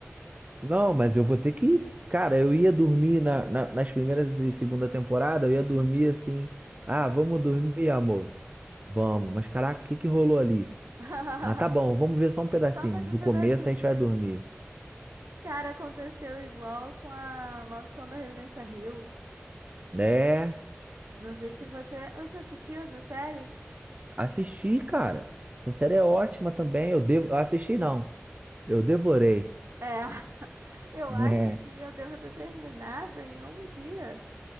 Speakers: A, on the right; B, on the right.
A: Não, mas eu vou ter que. Cara, eu ia dormir na, na- nas primeiras e segunda temporada, eu ia dormir assim. Ah, vamos dormir, amor. Vamos. Mas caraca, o que que rolou ali?
B: <laughs>
A: Ah, tá bom, vamos ver só um pedacinho.
B: Só mais um
A: Do
B: pedacinho.
A: começo a gente vai dormir.
B: Cara, aconteceu igual com a Maldição da Residência Hill.
A: É,
B: Não sei se você, você assistiu essa série?
A: assisti, cara. Essa série é ótima também. Eu devo, eu assisti não. Eu devorei. <laughs>
B: É, <laughs> eu
A: É.
B: acho que eu devo ter terminado em um dia,